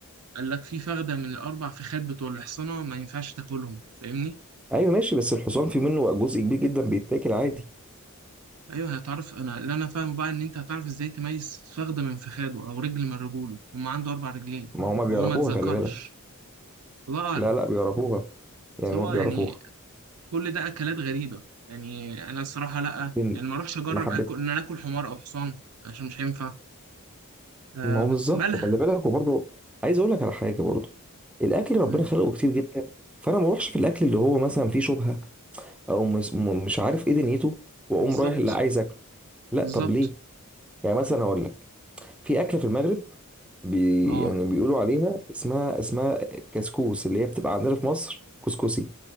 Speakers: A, on the right; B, in the centre.
A: قال لك في فخدة من الأربع فخاد بتوع الحصنة ما ينفعش تاكلهم فاهمني
B: ايوه ماشي بس الحصان في منه جزء كبير جدا بيتاكل عادي
A: ايوه هتعرف انا اللي انا فاهم بقى ان انت هتعرف ازاي تميز فخده من فخاده او رجل من رجوله هما عنده اربع رجلين
B: ما هما بيعرفوها
A: وهو ما اتذكرش
B: خلي بالك
A: الله اعلم
B: لا لا بيعرفوها يعني
A: سواء
B: هما بيعرفوها
A: يعني كل ده اكلات غريبه يعني انا الصراحه لا
B: لكن
A: يعني ما اروحش اجرب
B: ما حبيت
A: اكل ان انا اكل حمار او حصان عشان مش هينفع أم،
B: ما هو بالظبط
A: مالها
B: خلي بالك وبرضه عايز اقول لك على حاجه برضه الاكل ربنا
A: أم،
B: خلقه كتير جدا فانا ما اروحش في الاكل اللي هو مثلا فيه شبهه او مس- م- مش عارف ايه دنيته واقوم
A: بالظبط
B: رايح اللي عايز اكله لا
A: بالظبط
B: طب ليه يعني مثلا اقول لك في اكله في المغرب بي
A: اه
B: يعني بيقولوا عليها اسمها اسمها كسكوس اللي هي بتبقى عندنا في مصر كسكسي